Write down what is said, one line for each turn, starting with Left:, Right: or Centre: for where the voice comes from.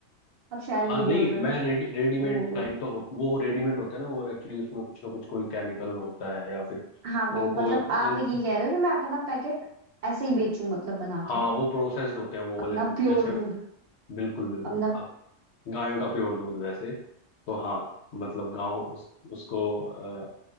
Right: आप शायद
Left: हाँ
Right: वो
Left: नहीं
Right: बोल रहे हैं
Left: मैं रेडी रेडीमेड
Right: कि वो बोल
Left: टाइप तो हो, वो रेडीमेड होता है ना वो एक्चुअली उसमें कुछ ना कुछ कोई केमिकल होता है या फिर
Right: हाँ वो
Left: उनको
Right: मतलब
Left: एक-
Right: आप
Left: उन
Right: ये कह रहे हो कि मैं अपना पैकेट ऐसे ही बेचूं मतलब बना
Left: हाँ
Right: के
Left: वो प्रोसेस्ड होते हैं वो
Right: अपना
Left: वाले दूध
Right: प्योर
Left: जैसे
Right: दूध
Left: बिल्कुल बिल्कुल
Right: अपना
Left: अब गायों का प्योर दूध वैसे तो हाँ मतलब गांव उस, उसको अ,